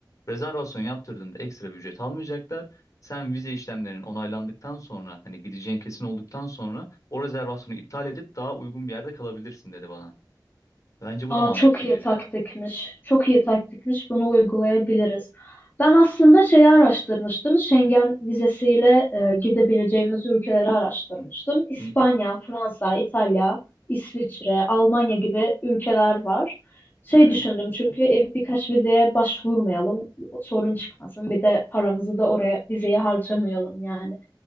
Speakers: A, on the left; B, on the left.
A: rezervasyon yaptırdığında ekstra bir ücret almayacaklar. Sen vize işlemlerinin onaylandıktan sonra hani gideceğin kesin olduktan sonra o rezervasyonu iptal edip daha uygun bir yerde kalabilirsin dedi bana. Bence bu
B: Aa,
A: da mantıklı
B: çok iyi
A: geliyor.
B: taktikmiş. Çok iyi taktikmiş. Bunu uygulayabiliriz. Ben aslında şeyi araştırmıştım. Schengen vizesiyle e, gidebileceğimiz ülkeleri araştırmıştım. İspanya,
A: Hı,
B: Fransa, İtalya, İsviçre, Almanya gibi ülkeler var. Şey
A: Evet,
B: düşündüm çünkü e, birkaç vizeye başvurmayalım, sorun çıkmasın. Bir de paramızı da oraya vizeye harcamayalım yani.